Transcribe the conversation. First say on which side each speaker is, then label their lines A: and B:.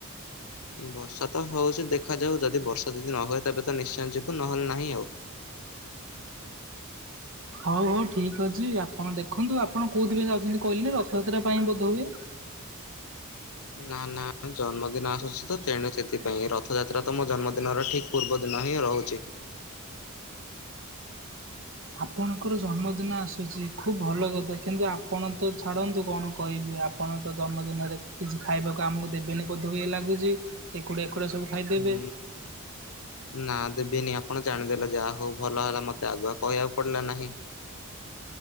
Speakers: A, on the left; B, on the right.
A: ବର୍ଷା ତ ହଉଛି ଦେଖାଯାଉ ଯଦି ବର୍ଷା ଯଦି ନ ହୁଏ ତେବେ ତ ନିଶ୍ଚୟ ଯିବୁ ନହେଲେ ନାହିଁ ଆଉ।
B: ହଉ ହଉ ଠିକ୍ ଅଛି ଆପଣ ଦେଖନ୍ତୁ ଆପଣ କୋଉଥିପାଇଁ ଯାଉଛନ୍ତି। କହିଲେ ରଥଯାତ୍ରା ପାଇଁ ବୋଧ ହୁଏ।
A: ନା ନା ଜନ୍ମଦିନ ଆସୁଛି ତେଣୁ ସେଥିପାଇଁ ରଥଯାତ୍ରା ତ ମୋ ଜନ୍ମଦିନର ଠିକ ପୂର୍ବଦିନ ହିଁ ରହୁଛି।
B: ଆପଣଙ୍କର ଜନ୍ମଦିନ ଆସୁଛି ଖୁବ ଭଲ କଥା କିନ୍ତୁ ଆପଣ ତ ଛାଡନ୍ତୁ କଣ କହିବି। ପଣ ତ ଜନ୍ମଦିନରେ କିଛି ଖାଇବାକୁ ଆମକୁ ଦେବେନି ବୋଦ ହୁଏ ଲାଗୁଛି। ଏକୁଡିଆ ଏକୁଡିଆ ସବୁ ଖାଇଦେବେ।
A: ହୁଁ ନା ଦେବିନି ଆପଣ ଜାଣିଦେଲେ ଯାହା ହଉ ଭଲ ହେଲା ମତେ ଆଗୁଆ କହିବାକୁ ପଡିଲା ନାହିଁ।